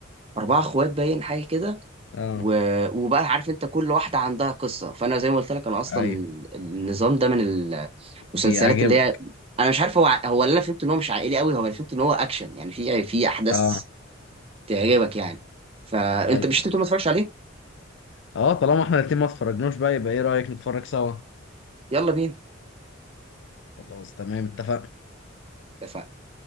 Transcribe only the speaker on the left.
اه
ايوه
بيعجبك
اه
ايوه
اه طالما احنا الاتنين ما اتفرجناش بقى يبقى ايه رأيك نتفرج سوا
خلاص تمام اتفقنا